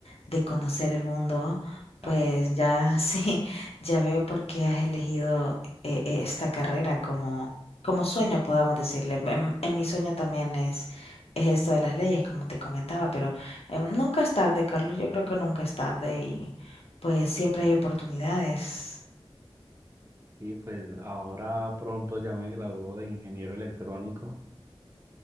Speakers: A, on the left (about 80°); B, on the right (about 30°).
A: de conocer el mundo, pues
B: Ah,
A: ya <laughs> sí, ya veo por qué has elegido eh, eh, esta carrera como, como sueño, podamos decirle. En, en mi sueño también es, es esto de las leyes, como te comentaba, pero em, nunca es tarde, Carlos, yo creo que nunca es tarde y pues siempre hay oportunidades.
B: Sí, pues ahora pronto ya me graduó de ingeniero electrónico.